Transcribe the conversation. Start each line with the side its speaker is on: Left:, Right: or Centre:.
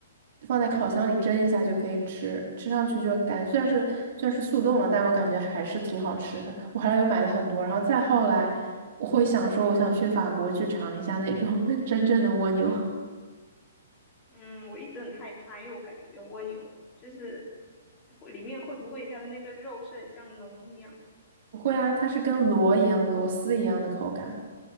Right: 放在烤箱里蒸一下就可以吃，吃上去就感虽然是虽然是速冻了，但我感觉还是挺好吃的。我后来又买了很多，然后再后来我会想说，我想去法国去尝一下那种 <laughs> 真正的蜗牛。
Left: 嗯，我一直很害怕，因为我感觉蜗牛就是会里面会不会它的那个肉是很像脓一样，
Right: 不会啊，它是跟螺一样，螺丝一样的口感。